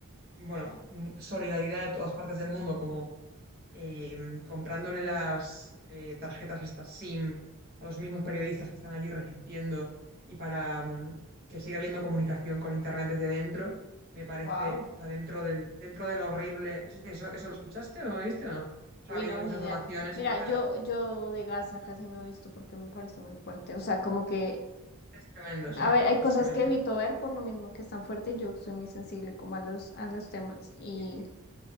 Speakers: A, on the right; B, on the left.
A: bueno, mm, solidaridad de todas partes del mundo como eh, comprándole las eh, tarjetas estas SIM a los mismos periodistas que están allí resistiendo y para mm, que siga habiendo comunicación con Internet desde dentro, me parece,
B: Wow.
A: o sea, dentro del, dentro del horrible, sí, ¿eso, eso lo escuchaste o no lo viste o no? O sea,
B: Uy,
A: ha habido
B: no,
A: muchas
B: ni idea.
A: donaciones
B: Mira,
A: para...
B: yo, yo de Gaza
A: Mm,
B: casi no he visto porque me parece muy fuerte. O sea, como que
A: Es tremendo, sí,
B: A ver, hay
A: es
B: cosas
A: tremendo.
B: que evito ver por lo mismo que es tan fuerte y yo soy muy sensible como a los, a los temas y
A: Sí, sí,